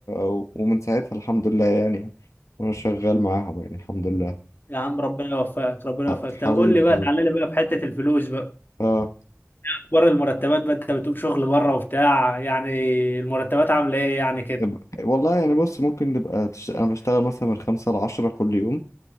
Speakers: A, on the left; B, on the left.
A: و... ومن ساعتها الحمد لله يعني وأنا شغال معاهم يعني الحمد لله
B: يا عم ربنا يوفقك ربنا
A: ح-
B: يوفقك طب
A: حبيبي
B: قول لي بقى
A: حبيبي
B: تعالى لي بقى في حتة الفلوس بقى
A: آه.
B: اخبار المرتبات بقى انت بتقول شغل بره وبتاع يعني المرتبات عاملة ايه يعني كده
A: إب- والله يعني بص ممكن نبقى تش... أنا بشتغل مثلا من خمسة لعشرة كل يوم